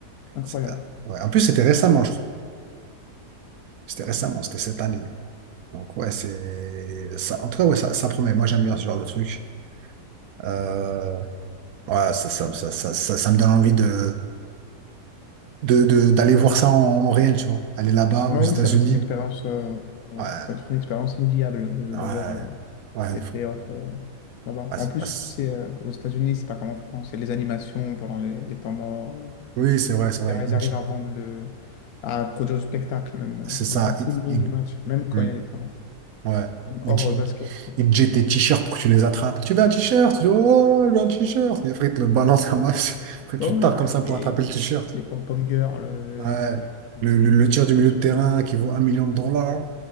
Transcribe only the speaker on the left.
Incroyable.
Ouais,
oui, ça doit être une expérience, euh, euh,
ça doit être une expérience inoubliable de,
de voir. euh,
les playoffs euh, là-bas.
En
plus,
tu sais, euh, aux États-Unis, c'est pas comme en France. Il y a les animations pendant les, les temps morts, euh,
etc.
Ils
arrivent à vendre le, à produire du spectacle même euh,
durant tout
le long
du match, même quand
il y a des temps morts,
Même
hors
euh, basket, quoi.
Ouais, ouais,
mais avec
les,
les pom-pom girls euh,
et tout, et tout,
tout,
tout,
tout
ce
qu'on
suit,
ouais.
Ouais,